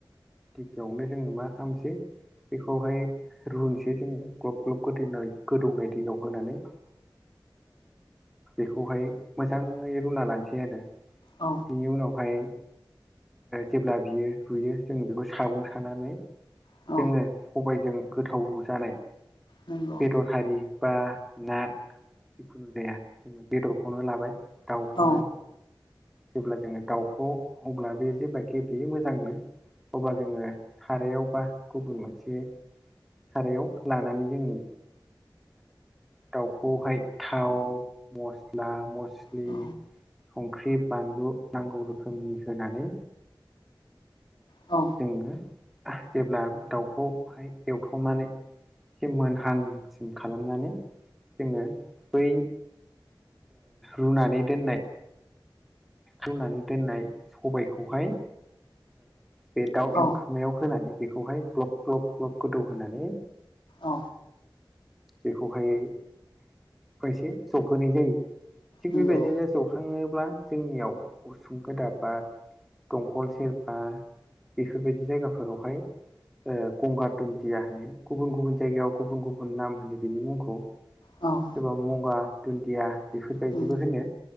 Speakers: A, in the centre; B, on the left.
A: गिबियावनो जोङो मा खालामसै बेखौहाय रुनोसै जोङो ग्लब ग्लब गोदौ गोदौनाय दैयाव होनानै बेखौहाय मोजाङै रुना लानोसै आरो
B: औ
A: बिनि उनावहाय जेब्ला बियो रुयो जोङो बेखौ सागं सानानै
B: औ
A: जोङो सबायजों गोथाव जानाय
B: नंगौ
A: बेदर बेफारि बा ना जिखुनु जाया जोङो बेदरखौनो लाबाय दाउखौनो
B: औ
A: जेब्ला जोङो दाउखौ अब्ला बे जेब्ला गेब्लेयो मोजांनो अब्ला जोङो सारायावबा गुबुन मोनसे सारायाव लानानै जोङो दाउखौहाय थाव मस्ला मस्लि
B: औ
A: संख्रि बानलु नांगौ रोखोमनि होनानै
B: औ
A: जोङो जेब्ला दाउखौहाय एवथ'नानै ए मोनहांसिम खालामनानै जोङो बै रुनानै दोननाय रुनानै दोननाय सबायखौहाय बे दाउ एवथु
B: औ
A: होनानै बेखौहाय ग्लब ग्लब ग्लब गोदौ होनानै
B: औ
A: बेखौहाय खसे जबहोनाय जायो थिग
B: नंगौ
A: बेबायदिनो जौखाङोब्ला जोंनियाव उसुं गोदान बा दंखल सेरबा बेफोरबायदि जायगाफोरावहाय ओ गंगार दुन्दिया होनो गुबुन गुबुन जायगायाव गुबुन गुबुन नाम होनो बिनि मुंखौ
B: औ
A: सोरबा मुगा दुन्दिया बेफोरबायदिबो
B: उम
A: होनो